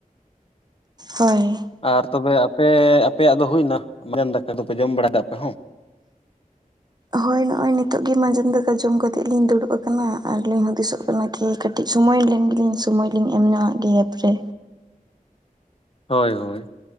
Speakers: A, on the right (about 30°); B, on the left (about 40°).
A: ᱦᱳᱭ
B: ᱟᱨ ᱛᱚᱵᱮ ᱟᱯᱮ ᱟᱯᱮᱭᱟᱜ ᱫᱚ ᱦᱩᱭᱱᱟ ᱢᱮᱱ ᱫᱟᱠᱟ ᱫᱚᱯᱮ ᱡᱚᱢ ᱵᱟᱲᱟ ᱠᱮᱫᱟ ᱟᱯᱮ ᱦᱚᱸ
A: ᱦᱳᱭ ᱱᱚᱜᱼᱚᱭ ᱱᱤᱛᱚᱜ ᱜᱮ ᱢᱟᱡᱟᱱ ᱫᱟᱠᱟ ᱡᱚᱢ ᱠᱟᱛᱮᱜ ᱞᱤᱧ ᱫᱩᱲᱩᱵ ᱟᱠᱟᱱᱟ ᱟᱨᱞᱤᱧ ᱦᱩᱫᱤᱥᱚᱜ ᱚᱱᱟᱠᱤ ᱠᱟᱹᱴᱤᱡ ᱥᱳᱢᱚᱭ ᱞᱮᱱ ᱜᱮᱞᱤᱧ ᱥᱳᱢᱚᱭ ᱞᱤᱧ ᱮᱢ ᱧᱚᱜᱼᱟᱜ ᱮᱯ ᱨᱮ᱾
B: ᱦᱳᱭ ᱦᱳᱭ